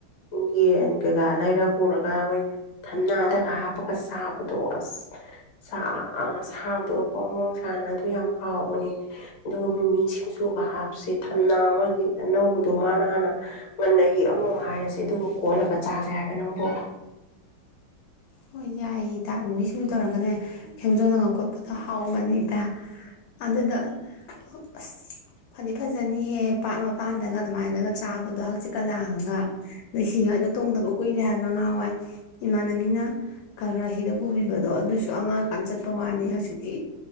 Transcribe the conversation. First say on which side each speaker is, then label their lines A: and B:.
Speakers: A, on the left (about 65°); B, on the left (about 85°).
A: ꯌꯦꯟ ꯀꯩꯀꯥ ꯂꯩꯔ ꯄꯨꯔꯒ ꯃꯣꯏ ꯊꯝꯅꯥꯗꯒ ꯍꯥꯞꯄꯒ ꯆꯥꯕꯗꯣ ꯑꯁ ꯁꯥ ꯁꯥꯕꯗꯨꯒ ꯐꯣꯡ ꯐꯣꯡ ꯁꯥꯅ ꯑꯗꯨ ꯌꯥꯝ ꯍꯥꯎꯕꯅꯦ ꯑꯗꯨꯒ ꯃꯤꯃꯤ ꯁꯤꯡꯖꯨꯒ ꯍꯥꯞꯄꯁꯦ ꯊꯝꯅꯥ ꯃꯣꯏ ꯑꯅꯧꯕꯗꯣ ꯃꯥꯅ ꯍꯥꯟꯅ ꯉꯟꯅ ꯑꯃꯨꯛ ꯍꯥꯏꯔꯁꯦ ꯑꯗꯨꯒ ꯀꯣꯠꯂꯒ ꯆꯥꯁꯦ ꯍꯥꯏꯕ ꯅꯪꯕꯨ
B: ꯍꯣꯏ ꯌꯥꯏꯌꯦ ꯏꯇꯥ ꯃꯤꯃꯤ ꯁꯤꯡ ꯖꯨ ꯇꯧꯔꯒꯅꯦ ꯈꯦꯝꯖꯣꯡꯅꯒ ꯈꯣꯠꯄꯗ ꯍꯥꯎꯕꯅꯤ ꯏꯇ ꯑꯗꯨꯗ ꯑꯁ ꯐꯗꯤ ꯐꯖꯅꯤꯍꯦ ꯄꯥꯠ ꯃꯄꯥꯟꯗꯒ ꯑꯗꯨꯃꯥꯏꯅꯒ ꯆꯥꯕꯗꯣ ꯍꯪꯆꯤꯠ ꯀ ꯂꯥꯡꯑꯥꯒ ꯅꯣꯏꯁꯤꯒ <unintelligible> ꯗꯨ ꯇꯣꯡꯗꯕ ꯀꯨꯏꯔꯦ ꯍꯥꯏꯕ ꯉꯍꯋꯥꯏ ꯏꯃꯥꯟꯅꯕꯤꯅ ꯈꯔ ꯈꯔ ꯍꯤꯗ ꯄꯨꯕꯤꯕꯗꯣ ꯑꯗꯨꯁꯨ ꯑꯉꯥꯡꯀꯥꯟ ꯆꯠꯄ ꯋꯥꯅꯤ ꯍꯧꯖꯤꯛꯇꯤ